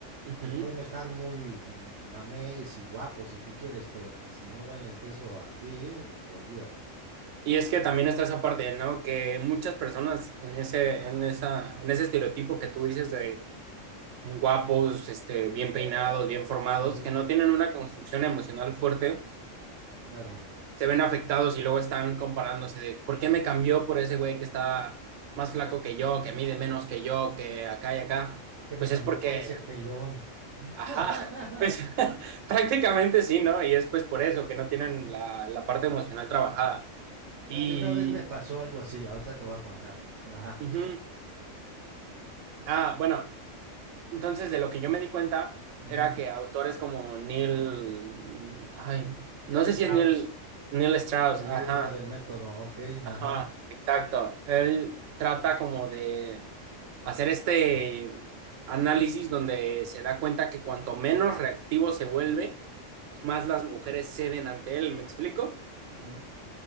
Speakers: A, on the right (about 80°); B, on the right (about 60°).
A: ujú.
B: Y pueden estar muy mames y guapos si tú quieres, pero pues, si no valen queso aquí, olvídate.
A: Y es que también está esa parte, ¿no? Que muchas personas en ese, en esa, en ese estereotipo que tú dices de guapos, este, bien peinados, bien formados,
B: Ujú,
A: que no tienen una construcción emocional fuerte,
B: claro.
A: se ven afectados y luego están comparándose de por qué me cambió por ese güey que está más flaco que yo, que mide menos que yo, que acá y acá.
B: Porque me
A: Pues
B: cambió
A: es porque,
B: por ese pelón. <laughs>
A: ajá, pues <laughs> prácticamente sí, ¿no? Y es pues por eso que no tienen la, la parte emocional trabajada.
B: Fíjate,
A: Y,
B: una vez me pasó algo así, ahorita te voy a contar. Ajá.
A: ujú. ah, bueno, Entonces, de lo que yo me di cuenta
B: Ujú.
A: era que autores como Neil, ay,
B: Nelly
A: no sé
B: Strauss.
A: si es Neil, Neil Strauss,
B: El
A: ajá,
B: libro del método, ok,
A: ajá,
B: ajá.
A: exacto. Él trata como de hacer este análisis donde se da cuenta que cuanto menos reactivo se vuelve, más las mujeres ceden ante él, ¿me explico?
B: ujú.